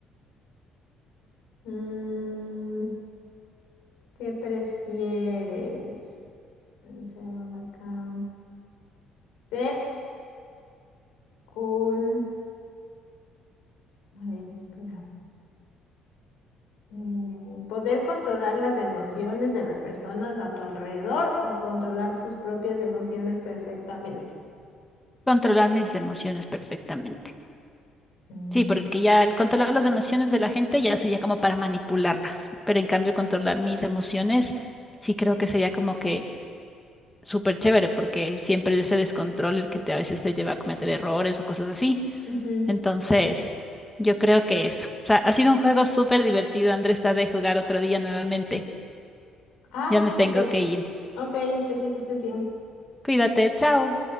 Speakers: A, on the left; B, in the centre.
A: mm, ¿qué prefieres? Pensemos acá. Ser un... A ver, espera. Mm, ¿Poder controlar las emociones de las personas a tu alrededor o controlar tus propias emociones perfectamente?
B: Controlar mis emociones perfectamente.
A: Mm.
B: Sí, porque ya al controlar las emociones de la gente ya sería como para manipularlas, pero en cambio controlar mis emociones sí creo que sería como que súper chévere, porque siempre es ese descontrol el que te, a veces te lleva a cometer errores o cosas así.
A: Ujú.
B: Entonces, yo creo que eso. O sea, ha sido un juego súper divertido, Andrés, está de jugar otro día nuevamente.
A: Ah,
B: Ya me tengo
A: súper.
B: que ir.
A: Ok, Estefi, que estés bien.
B: Cuídate, chao.